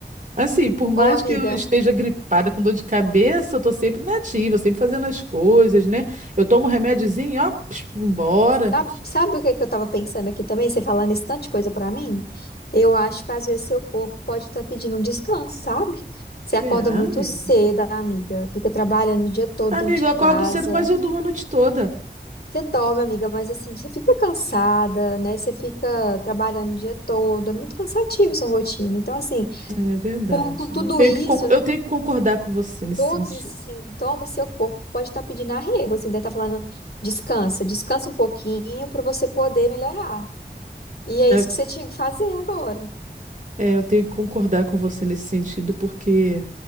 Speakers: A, on the right (about 45°); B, on the left (about 60°).
A: assim, por mais
B: Ô, amiga.
A: que eu esteja gripada com dor de cabeça, eu tô sempre nativa, sempre fazendo as coisas, né? Eu tomo um remédiozinho, ó, psh, vambora.
B: Sabe, sabe o que é que eu tava pensando aqui também? Você falando esse tanto de coisa pra mim? Eu acho que às vezes seu corpo pode estar pedindo um descanso, sabe? Você
A: Será,
B: acorda muito
A: amiga?
B: cedo, amiga, fica trabalhando o dia todo
A: Amiga,
B: dentro de
A: eu acordo
B: casa.
A: cedo, mas eu durmo a noite toda.
B: Você dorme, amiga, mas assim, você fica cansada, né? Você fica trabalhando o dia todo, é muito cansativo sua rotina. Então, assim,
A: É verdade.
B: com, com tudo
A: Tenho
B: isso,
A: que con-
B: né?
A: eu tenho que concordar com você nesse
B: Todos
A: sentido.
B: esses sintomas, seu corpo pode estar pedindo arrego, assim, deve estar falando, descansa, descansa um pouquinho pra você poder melhorar. E é
A: né?
B: isso que você tinha que fazer agora.
A: É, eu tenho que concordar com você nesse sentido, porque